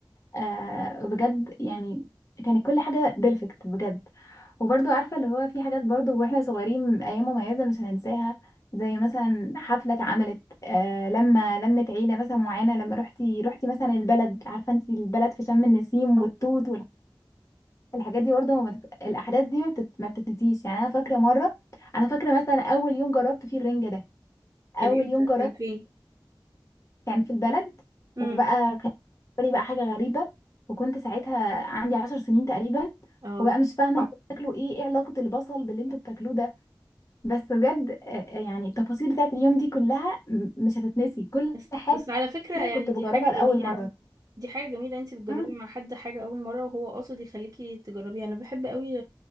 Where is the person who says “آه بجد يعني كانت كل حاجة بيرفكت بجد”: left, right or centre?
Left